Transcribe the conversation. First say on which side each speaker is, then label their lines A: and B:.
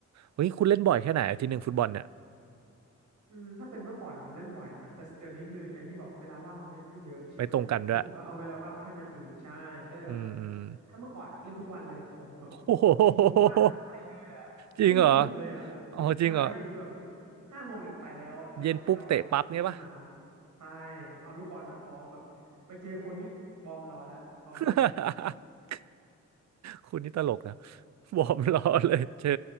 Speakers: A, on the right; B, on the right.
A: เฮ้ยคุณเล่นบ่อยแค่ไหนอาทิตย์หนึ่งฟุตบอลเนี่ย
B: อืมถ้าเป็นเมื่อก่อนอ่ะผมเล่นบ่อยนะแต่เดี๋ยวนี้คืออย่างที่บอกเวลาว่างเราไม่ไม่เยอะใช่ไหมคือผมก็เอาเวลาว่างไปทำอย่างอื่นใช่ก็เลยแบบ
A: ไปตรงกันด้วยอืมอืม
B: ถ้าเมื่อก่อนอ่ะเล่นทุกวันเลยผมแบบจริงๆว่างปุ๊บไปเลยอ่ะไม่มีวันหยุดเลยอ่ะ
A: <laughs> โอ้โหจริงเหรออ๋อจริงเหรอ
B: ใช่คือแบบห้าโมงเนี่ยไปแล้วแล้วก็ไปรอเลยในสนาม
A: เย็นปุ๊บเตะปั๊บเงี้ยปะ
B: ใช่เอาลูกบอลมาพร้อมแบบไปเจอคนนี่วอร์มรอแล้วรอเล่น
A: <laughs> คุณนี่ตลกนะ <laughs> วอร์มล้อเลยเชอ